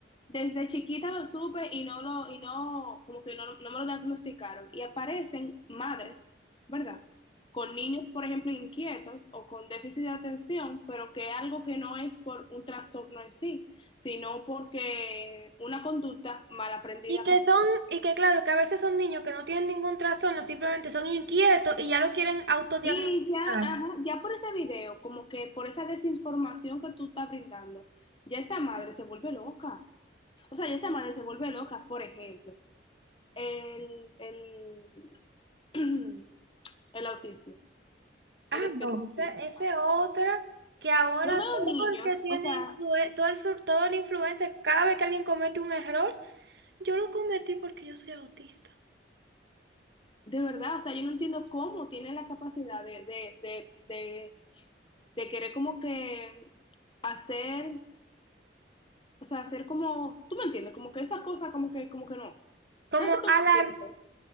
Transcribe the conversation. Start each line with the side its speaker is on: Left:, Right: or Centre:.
Left: desde chiquita lo supe y no lo, y no, como que no, no me lo diagnosticaron. Y aparecen madres, ¿verdad? Con niños, por ejemplo, inquietos o con déficit de atención, pero que algo que no es por un trastorno en sí, sino porque una conducta mal aprendida
Right: Y que
Left: que se
Right: son,
Left: dio.
Right: y que claro, que a veces son niños que no tienen ningún trastorno, simplemente son inquietos y ya lo quieren autodiagnosticar.
Left: Y ya, ajá, ya por ese video, como que por esa desinformación que tú estás brindando, ya esa madre se vuelve loca. O sea, ya esa madre se vuelve loca, por ejemplo, el, el, <clears throat> el autismo,
Right: Ah,
Left: el espectro
Right: no,
Left: autista.
Right: ese, ese otra que ahora
Left: Yo veo
Right: todo
Left: niños,
Right: el que tiene
Left: o sea,
Right: influen- todo el, flu- todo el influencer, cada vez que alguien comete un error, yo lo cometí porque yo soy autista.
Left: de verdad, o sea, yo no entiendo cómo tienen la capacidad de, de, de, de, de querer como que hacer, o sea, hacer como, tú me entiendes, como que esa cosa, como que, como que no.
Right: Como
Left: No sé si tú
Right: alarm,
Left: me entiendes.